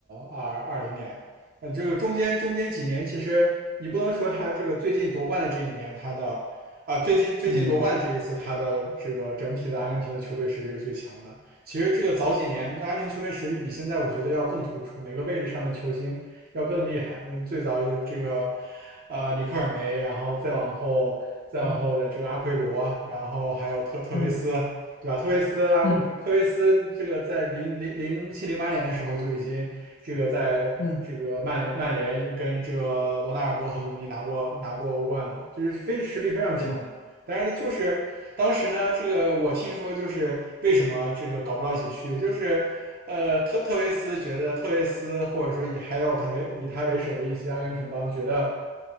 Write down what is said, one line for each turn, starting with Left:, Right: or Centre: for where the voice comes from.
Right: 二二零年，呃，这个中间中间几年，其实你不能说他这个最近夺冠的这一年，他的啊、最近最近夺冠的这一次，
Left: 嗯
Right: 他的这个整体的阿根廷的球队实力是最强的。其实这个早几年阿根廷球队实力比现在我觉得要更突出，每个位置上的球星要更厉害。嗯，最早也这个，呃，里克尔梅，然后再往后，再往后的这个阿奎罗，
Left: 嗯
Right: 然后还有特特维斯，
Left: 嗯
Right: 对吧？特维斯阿奎特维斯这个在零零零七零八年的时候就已经这个在这个曼联曼联跟这个罗纳尔多和鲁尼拿过拿过欧冠了，
Left: 嗯嗯，
Right: 就是非实力非常强的。
Left: 对
Right: 但是呢，就是当时呢，这个我听说就是为什么这个搞不到一起去，就是呃特特维斯觉得特维斯或者说以还有他为以他为首的一些阿根廷帮觉得。